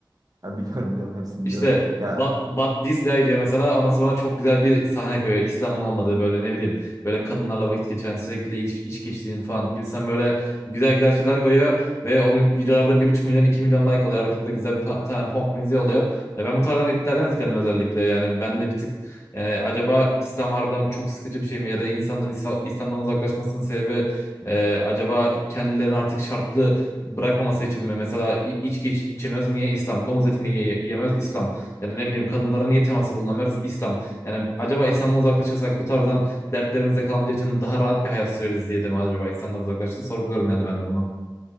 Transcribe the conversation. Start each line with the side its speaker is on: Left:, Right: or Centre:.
Right: Ya biliyorum biliyorum hepsini
Left: İşte
Right: biliyorum. Ya
Left: But, But This Guy diyor mesela ondan sonra çok güzel bir sahne koyuyor. İslam'ın olmadığı böyle ne bileyim böyle kadınlarla vakit geçiren sürekli iç, içki içtiğin falan gibisinden böyle güzel güzel şeyler koyuyor. Ve o videolarda bir buçuk milyon 2 milyon like oluyor. Arkada güzel bir pa- tane punk müziği oluyor. Ya ben bu tarzdan iplerden etkilendim özellikle. Yani ben de bir tık yani acaba İslam harbiden çok sıkıcı bir şey mi? Ya da insanlar İsa- İslam'dan uzaklaşmasının sebebi e, acaba kendilerini artık şartlı bırakmaması için mi? Mesela i- içki iç, içemiyoruz niye İslam? Domuz etini niye ye- yiyemiyoruz İslam? Ya da ne bileyim kadınlara niye temasa bulunamıyoruz İslam? Yani acaba İslam'dan uzaklaşırsak bu tarzdan dertlerimizde kalmayacağı için daha rahat bir hayat süreriz diye de mi acaba insanlar uzaklaştı? Sorguluyorum yani ben de bunu.